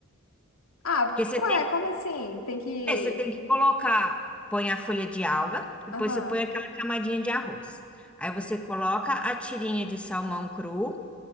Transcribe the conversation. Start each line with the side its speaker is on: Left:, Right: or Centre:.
Left: Ah,
Centre: Porque você
Left: ué,
Centre: tem que,
Left: como assim? Tem que...
Centre: é, você tem que colocar, põe a folha de alga, depois
Left: Aham.
Centre: você põe aquela camadinha de arroz. Aí você coloca a tirinha de salmão cru,